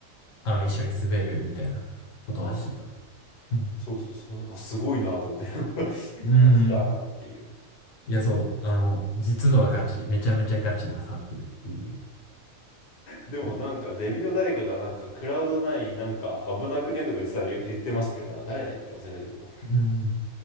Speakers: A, on the left; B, on the left.
A: あの、一緒に滑るみたいなことはしてた。
B: ああ、
A: うん。
B: そうそうそう、あ、すごいなと思って、<laughs>
A: うんうん
B: ガチだなっていう。
A: いや、そう。あの、実はガチ。めちゃめちゃガチなサークルっていう。
B: でもなんか、
A: そう
B: ゼミの誰かがなんか、クラウド内なんか危なくねとか言ってた、言言ってましたけど、なんか誰だっけ忘れたけど。
A: うん。